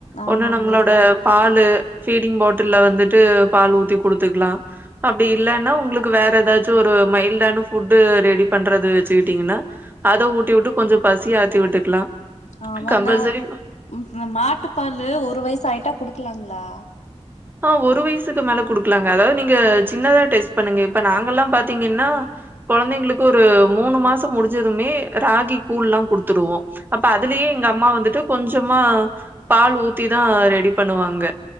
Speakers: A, on the left; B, on the right.
A: ஆமாங்க
B: ஒண்ணு நம்மளோட பாலு ஃபீடிங் பாட்டில்ல வந்துட்டு பால் ஊத்தி குடுத்துக்கலாம் அப்படி இல்லைன்னா உங்களுக்கு வேற ஏதாச்சும் ஒரு மைல்டான ஃபுட்டு ரெடி பண்றத வச்சுக்கிட்டீங்கன்னா அத ஊட்டி விட்டு கொஞ்சம் பசி ஆத்தி விட்டுக்கலாம்
A: ஆமாந்தக
B: கம்பல்சரி
A: ம் மாட்டுப்பாலு ஒரு வயசு ஆயிட்டா குடுக்கலாங்களா
B: ஆஹ் ஒரு வயசுக்கு மேல குடுக்கலாங்க அதாவது நீங்க சின்னதா டெஸ்ட் பண்ணுங்க இப்ப நாங்கல்லாம் பாத்தீங்கன்னா குழந்தைங்களுக்கு ஒரு மூணு மாசம் முடிஞ்சதுமே ராகி கூழ் எல்லாம் குடுத்துடுவோம் அப்ப அதுலயே எங்க அம்மா வந்துட்டு கொஞ்சமா பால் ஊத்திதான் ரெடி பண்ணுவாங்க